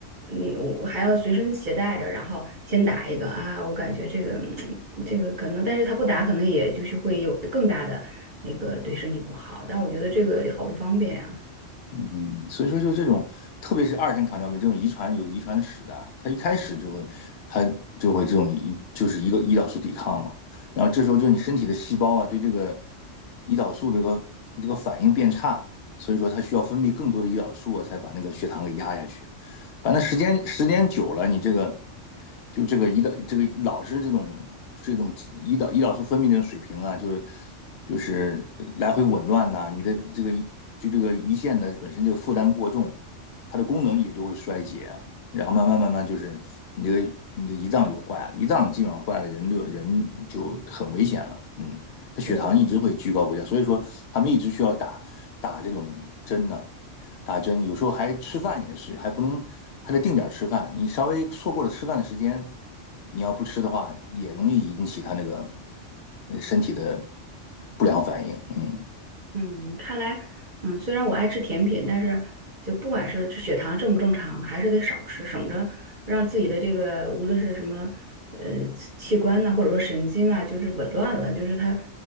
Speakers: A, on the right; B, on the left.
A: 嗯，我我还要随身携带着，然后先打一个啊，我感觉这个嗯这个可能，但是他不打，可能也就是会有更大的那个对身体不好，但我觉得这个也好不方便呀、
B: 嗯，所以说就这种，特别是二型糖尿病这种遗传有遗传史的啊，他一开始就会，他就会这种胰就是一个胰岛素抵抗嘛，然后这时候就你身体的细胞啊对这个胰岛素这个这个反应变差，所以说它需要分泌更多的胰岛素啊，才把那个血糖给压下去。反正时间时间久了，你这个就这个胰岛这个老是这种这种胰岛胰岛素分泌这种水平啊，就是就是来回紊乱呐、啊你的这个就这个胰腺的本身这个负担过重，它的功能也就会衰竭啊然后慢慢慢慢就是你这个你的胰脏就坏了，胰脏基本上坏了，人就人就很危险了，嗯。他血糖一直会居高不下，
A: 对啊，
B: 所以说他们一直需要打打这种针呢、啊打针，有时候还吃饭也是，还不能还得定点吃饭，你稍微错过了吃饭的时间，你要不吃的话，也容易引起他那个呃身体的不良反应，嗯
A: 嗯，看来，嗯，虽然我爱吃甜品，但是就不管是这血糖正不正常，还是得少吃，省着让自己的这个无论是什么呃器官呐、或者说神经啊，就是紊乱了，就是它，